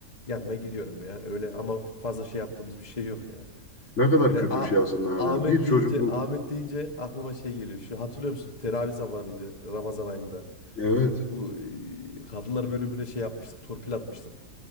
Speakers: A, on the left; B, on the left.
A: yanına gidiyorum ya. Öyle ama fazla şey yaptığımız bir şey yok ya.
B: Ne kadar
A: Ya
B: kötü
A: A-
B: bir şey aslında abi
A: Ahmet
B: ya. Bir çocukluk.
A: deyince Ahmet deyince aklıma şey geliyor. Şu hatırlıyor musun? Teravih zamanıydı Ramazan ayında.
B: Evet.
A: Bu e, kadınlar bölümüne şey yapmıştık. Torpil atmıştık.